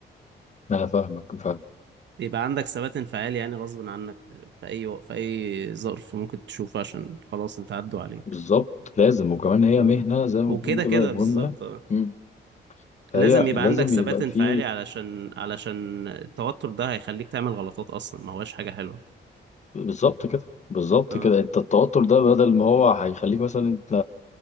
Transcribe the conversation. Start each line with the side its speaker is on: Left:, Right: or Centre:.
Left: أنا فاهمك فاهم
Right: بيبقى عندك ثبات انفعالي يعني غصب عنك في أي وق- في أي ظرف ممكن تشوفه عشان خلاص أنت عدوا عليك
Left: بالظبط لازم وكمان هي
Right: اه
Left: مهنة زي ما
Right: وكده
Left: بنقول
Right: كده
Left: كده هي مهمة
Right: بالظبط اه
Left: مم. فهي
Right: لازم يبقى
Left: لازم
Right: عندك ثبات
Left: يبقى
Right: انفعالي
Left: في
Right: علشان علشان التوتر ده هيخليك تعمل غلطات أصلا ما هواش حاجة حلوة
Left: بالظبط كده بالظبط
Right: اه
Left: كده انت التوتر ده بدل ما هو هيخليك مثلا انت